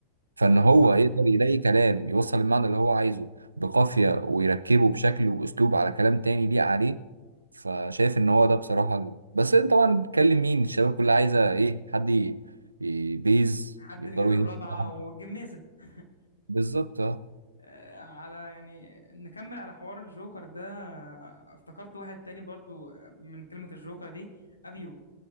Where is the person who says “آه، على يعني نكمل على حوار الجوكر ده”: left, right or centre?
Left